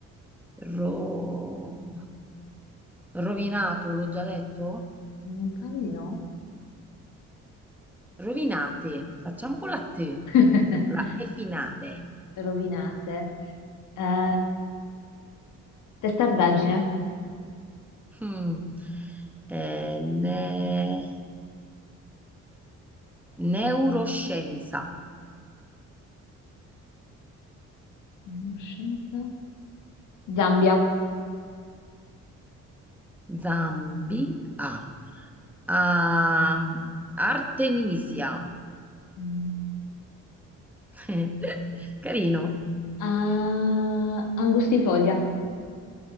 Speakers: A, in the centre; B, on the left.
A: Ro. Rovinato, l'ho già detto?
B: Mi pare di no.
A: Rovinate, facciamo con la T,
B: <laughs>
A: con la E finale.
B: Rovinate. Eh, testardaggine.
A: Mm. Eh, ne- Neuroscienza,
B: Neuroscienza. Zambia.
A: Zambi, A. Am- Artemisia,
B: Mm.
A: <laughs> carino,
B: Ah, angustifoglia.